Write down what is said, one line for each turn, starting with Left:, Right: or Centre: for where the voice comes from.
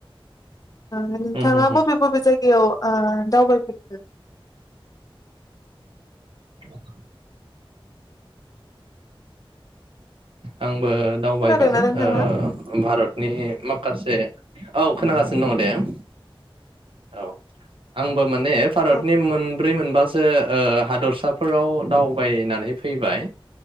Left: ओ नोंथाङाबो
Right: उम होम होम
Left: बबे बबे जाय बेयाव ओ दावबायफेरखो
Right: <inaudible> आं बो दावबाय
Left: खोनादोंना नोंथाङा?
Right: ओ भारतनि माख से औ खोनागासिनो दङ दे ओं औ आंबोब माने भारतनि
Left: औ
Right: मोन मोनाब्रै मोनबासो ओ हादरसाफोराव दावबायनानै फैबाय